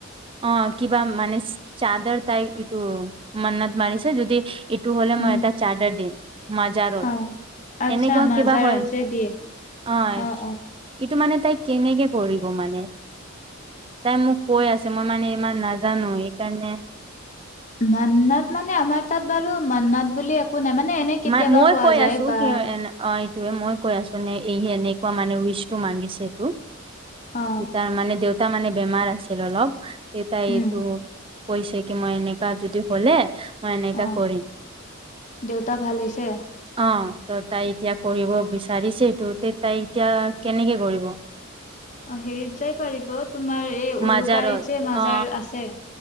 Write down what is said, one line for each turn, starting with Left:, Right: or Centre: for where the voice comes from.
Right: অ কিবা মানে চাদৰ তাই এইটো মন্নত মাৰিছে, যদি এইটো হ'লে
Left: উম,
Right: মই এটা চাৰ্ডাৰ দিম। মাজাৰত,
Left: অ'। আচ্ছা
Right: এনেকুৱা
Left: মাজাৰত
Right: কিবা হয়।
Left: যে দিয়ে,
Right: আহ,
Left: অ', অ'।
Right: এইটো মানে তাই কেনেকে কৰিব মানে? তাই মোক কৈ আছে, মই মানে ইমান নাজানো। সেইকাৰণে
Left: মান্নাত মানে আমাৰ তাত বাৰু মান্নাত বুলি একো নাই মানে এনে কেতিয়াবা
Right: মাই মই
Left: কোৱা
Right: কৈ
Left: যায়
Right: আছো,
Left: বা
Right: কি এন অই তোৱে মই কৈ আছ নে, এই এনেকুৱা মানে উইচটো মাগিছেটো।
Left: অ',
Right: ই তাৰ মানে দেউতা মানে বেমাৰ আছিল অলপ, দেউতাই
Left: উম,
Right: এইটো কয় চাগে, মই এনেকা যদি হলে, মই এনেকা
Left: অ',
Right: কৰিম।
Left: দেউতা ভাল হৈছে?
Right: অ ত তাই এতিয়া কৰিব বিচাৰিছেটো তাই এতিয়া কেনেকে কৰিব?
Left: অ হেৰিত যাই পাৰিব, তোমাৰ এই
Right: মাজাৰত
Left: উলুবাৰীত যে মাজাৰ
Right: অ
Left: আছে।